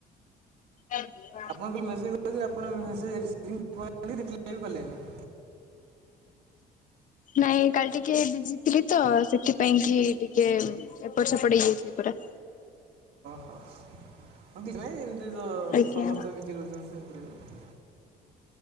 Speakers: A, on the left; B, on the right.
A: ଆଜ <unintelligible>
B: ଆପଣଙ୍କୁ କାଲି ମେସେଜ କରିଥିଲି ଆପଣ ମେସେଜ ସିନ କଲେନି କି ରିପ୍ଲାଏ କଲେଣି?
A: ନାଇଁ କାଲି ଟିକେ ବିଜି ଥିଲି ତ ସେଥିପାଇଁ କି ଟିକେ ଏପଟ ସେପଟ ହେଇଯାଇଥିଲିପୁରା।
B: ଅ ନାଇଁ ଏମିତି ତ
A: ଆଜ୍ଞା
B: ସମସ୍ତେ ବିଜି ରହୁଛନ୍ତି ଏମିତି ରେ ବି।